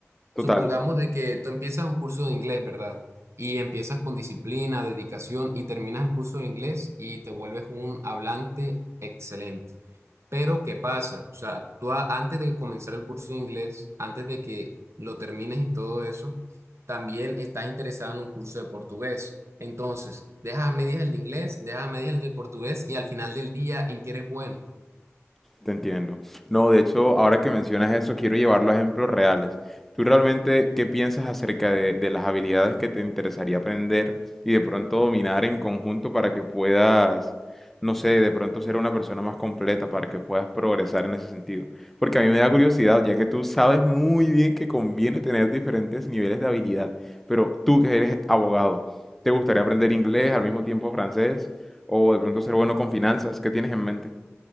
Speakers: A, in the centre; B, on the right.
A: Total.
B: Supongamos de que tú empiezas un curso de inglés, ¿verdad? Y empiezas con disciplina, dedicación y terminas el curso de inglés y te vuelves un hablante excelente. Pero, ¿qué pasa? O sea, tú a- antes de comenzar el curso de inglés, antes de que lo termines y todo eso, también estás interesado en un curso de portugués. Entonces, dejas a medias el de inglés, dejas a medias el de portugués y al final del día, ¿en qué eres bueno?
A: Te entiendo. No, de hecho, ahora que mencionas eso, quiero llevarlo a ejemplos reales. ¿Tú realmente qué piensas acerca de, de las habilidades que te interesaría aprender y de pronto dominar en conjunto para que puedas, no sé, de pronto ser una persona más completa, para que puedas progresar en ese sentido? Porque a mí me da curiosidad, ya que tú sabes muy bien que conviene tener diferentes niveles de habilidad, pero tú que eres abogado, ¿te gustaría aprender inglés al mismo tiempo francés o de pronto ser bueno con finanzas? ¿Qué tienes en mente?